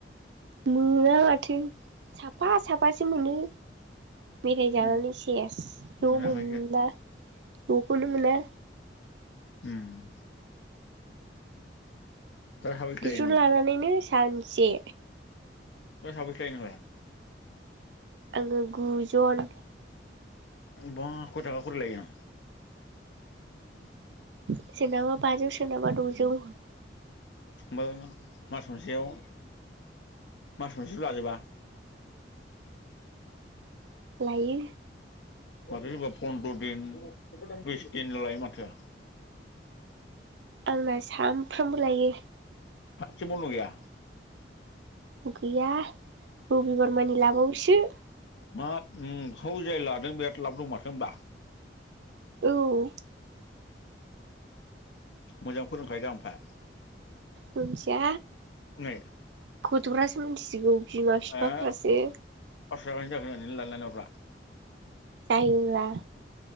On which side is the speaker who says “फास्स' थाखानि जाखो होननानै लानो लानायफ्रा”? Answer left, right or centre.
Left